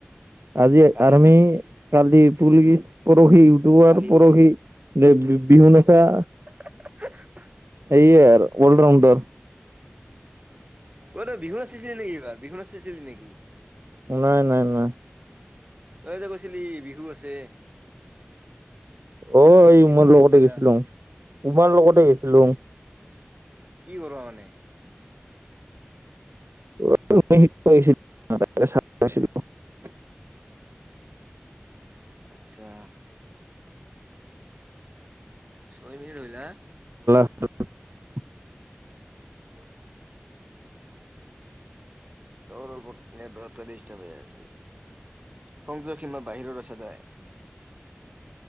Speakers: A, on the right (about 85°); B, on the right (about 35°).
A: আজি
B: কালি
A: আৰ্মি
B: পুলিচ
A: কালি পুলিচ পৰহি ইউটিউবাৰ
B: কালি
A: পৰহি বিহু ন আ
B: <unintelligible>
A: স অল ৰাউণ্ডাৰ
B: ত বিহু আচছিলি নেকি এইবাৰ বিহু ন আচিছিলি নেকি
A: নাই নাই নাই
B: তই এতিয়া কৈছিলি বিহু আছে
A: অ এই
B: বিহু
A: উমাৰ
B: শিকবা
A: লগতে
B: যা
A: গৈছিলো উমাৰ লগতে গৈছিলো
B: কি কৰা মানে
A: শছিল
B: আচ্ছা ছয় মিনিট ৰলা
A: অ
B: অলপ হৈছে সংযোগ সীমা বাহিৰৰ আছে দায়